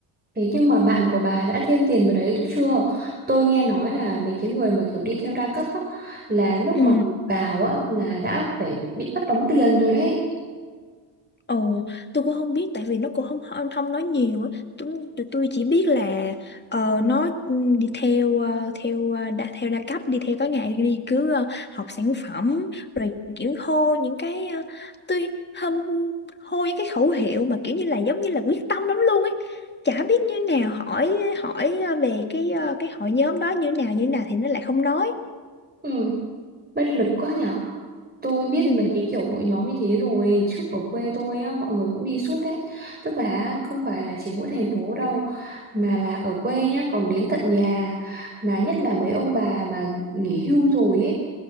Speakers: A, on the right; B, on the left.
A: thế nhưng mà bạn của bà đã thêm tiền vào đấy chứ chưa? Tôi nghe nói là mấy cái người mà kiểu đi theo đa cấp á, là lúc
B: ừ
A: mà vào á là đã phải bị bắt đóng tiền rồi đấy.
B: Ồ, tôi cũng không biết tại vì nó cũng không không, không nói nhiều á. Tụi, tụi tôi chỉ biết là ờ, nó ừ, đi theo ờ, theo ờ, đa, theo đa cấp đi theo tối ngày đi cứ ờ, học sản phẩm rồi kiểu hô những cái ờ, tôi hâm hô những cái khẩu hiệu mà kiểu như là giống như là quyết tâm lắm luôn ấy. Chả biết như nào hỏi hỏi ờ, về cái ờ, cái hội nhóm đó như nào như nào thì nó lại không nói.
A: Ừ. bất lực quá nhở tôi biết
B: Ừ.
A: mấy cái kiểu hội nhóm như thế rồi trước ở quê tôi á, mọi người cũng đi suốt ấy tức là không phải là chỉ mỗi thành phố đâu mà là ở quê nhá còn đến tận nhà mà nhất là mấy ông bà mà nghỉ hưu rồi ấy